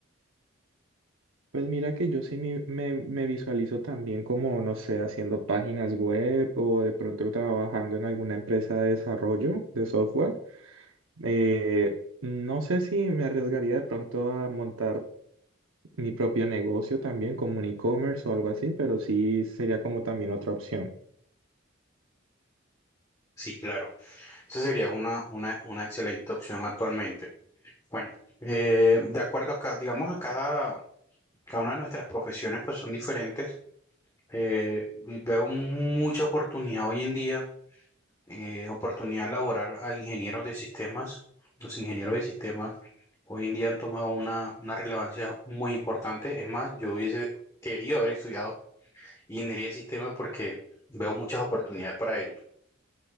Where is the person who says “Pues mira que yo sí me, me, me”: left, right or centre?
Right